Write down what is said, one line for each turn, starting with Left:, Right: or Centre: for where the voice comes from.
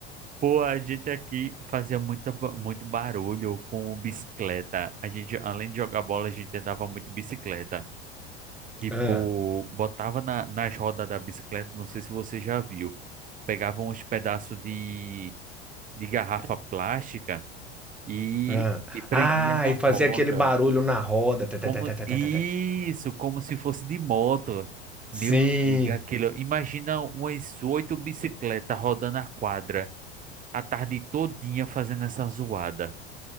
Right: Pô, a gente aqui fazia muita, ba- muito barulho com bicicleta. A gente, além de jogar bola, a gente andava muito de bicicleta. Tipo,
Centre: Ah,
Right: botava na, nas rodas da bicicleta, não sei se você já viu. Pegava uns pedaços de, de garrafa plástica e,
Centre: Hã.
Right: e prendia
Centre: Ah,
Right: na
Centre: e fazia
Right: roda.
Centre: aquele barulho na roda. Tê, tê,
Right: Como
Centre: tê, tê, tê,
Right: isso,
Centre: tê, tê, tê.
Right: como se fosse de moto. Meu
Centre: Sim,
Right: amigo, aquilo, imagina umas oito bicicletas rodando a quadra a tarde todinha fazendo essa zoada.